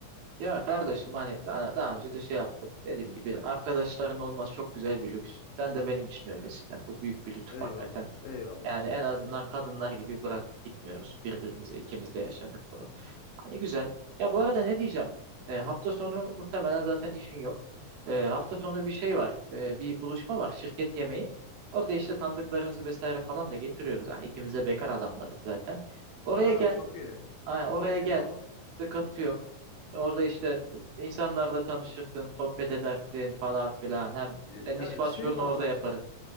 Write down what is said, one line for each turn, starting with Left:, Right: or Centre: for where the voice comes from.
Right: Ya kardeşim hani sana daha önce de şey yaptım. Dediğim gibi arkadaşların olması çok güzel bir lüks. Sen de benim için öylesin. Yani bu büyük bir lütuf
Left: Eyvallah.
Right: hakikaten.
Left: Eyvallah.
Right: Yani
Left: Eyvallah.
Right: en azından kadınlar gibi bırakıp gitmiyoruz birbirimizi. İkimiz
Left: Evet.
Right: de yaşadık bunu. Hani güzel. Ya bu arada ne diyeceğim? E, hafta sonu muhtemelen zaten işin yok. E, hafta sonu bir şey var. E, bir buluşma var. Şirket yemeği. Orada işte tanıdıklarımızı vesaire falan da getiriyoruz. Yani ikimiz de bekar adamlarız zaten. Oraya
Left: Aa
Right: gel.
Left: çok iyi.
Right: Aynen, oraya
Left: Çok iyi
Right: gel.
Left: tamam.
Right: Sıkıntı yok. Orada işte t- insanlarla tanışırsın, sohbet edersin falan filan. Hem
Left: Ya,
Right: senin
Left: ya
Right: iş başvurunu
Left: şey mi olacak?
Right: orada yaparız.